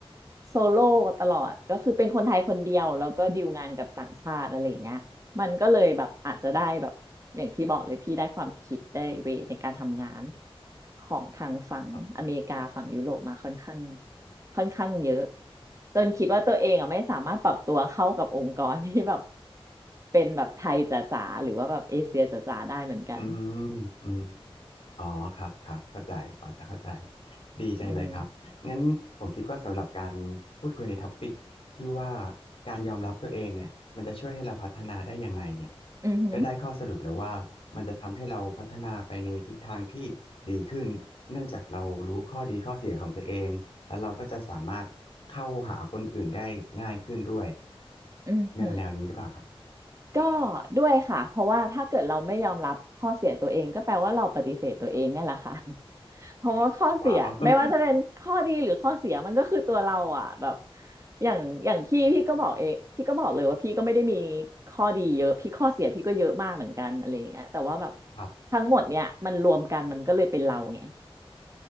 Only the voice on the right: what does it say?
โซโล่ตลอดก็คือเป็นคนไทยคนเดียวแล้วก็ดีลงานกับต่างชาติอะไรอย่างเงี้ยมันก็เลยแบบอาจจะได้แบบอย่างที่บอกเลยพี่ได้ความคิดได้เวในการทำงานของทางฝั่งอเมริกาฝั่งยุโรปมาค่อนข้าง
ค่อนข้างเยอะจนคิดว่าตัวเองอ่ะไม่สามารถปรับตัวเข้ากับองค์กรที่แบบ <laughs> เป็นแบบไทยจ๋าๆหรือว่าแบบเอเชียจ๋าๆได้เหมือนกัน
อืม
อือหือ
อือหือ
ก็ด้วยค่ะเพราะว่าถ้าเกิดเราไม่ยอมรับข้อเสียตัวเองก็แปลว่าเราปฏิเสธตัวเองเนี่ยแหละค่ะ <laughs> เพราะว่าข้อเสียไม่ว่าจะเป็นข้อดีหรือข้อเสียมันก็คือตัวเราอ่ะแบบ
อย่างอย่างพี่พี่ก็บอกเองพี่ก็บอกเลยว่าพี่ก็ไม่ได้มีข้อดีเยอะพี่ข้อเสียพี่ก็เยอะมากเหมือนกันอะไรอย่างเงี้ยแต่ว่าแบบ
ทั้งหมดเนี่ยมันรวมกันมันก็เลยเป็นเราไง